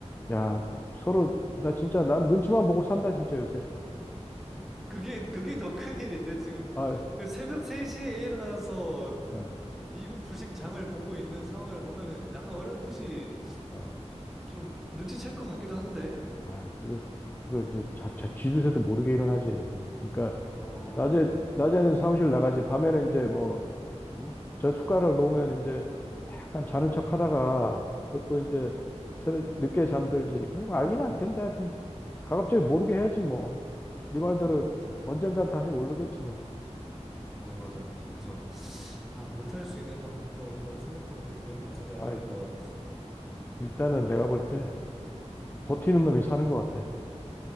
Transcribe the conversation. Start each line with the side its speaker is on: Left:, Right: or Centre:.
Left: 야, 서로, 나 진짜, 난 눈치만 보고 산다, 진짜, 요새.
Centre: 그게, 그게 더 큰일인데, 지금
Left: 아
Centre: 새벽 3시에 일어나서
Left: 어,
Centre: 미국 주식 장을 보고 있는 상황을 보면은 약간 어렴풋이
Left: 어.
Centre: 좀 눈치챌 것 같기도 한데,
Left: 아, 그거, 그거 이제, 자, 자, 쥐도새도 모르게 일어나지. 그러니까,
Centre: 어,
Left: 낮에, 낮에는 사무실 나가지, 밤에는 이제 뭐, 어? 저 숟가락 놓으면 이제, 약간 자는
Centre: 음,
Left: 척 하다가, 그것도 이제,
Centre: 음,
Left: 새벽, 늦게 잠들지. 그런 거 알긴 알 텐데, 하여튼, 가급적이
Centre: 음,
Left: 모르게 해야지, 뭐. 네 말대로,
Centre: 맞아, 맞아.
Left: 언젠간 다시 오르겠지, 뭐.
Centre: 맞아, 맞아. 그래서, 아, 물탈 수 있는 방법을 한번 생각해 보는 게 좋을 것 같은데, 아니면
Left: 아,
Centre: 뭐, 음,
Left: 일단은 내가 볼 때,
Centre: 음.
Left: 버티는 놈이 사는 것 같아.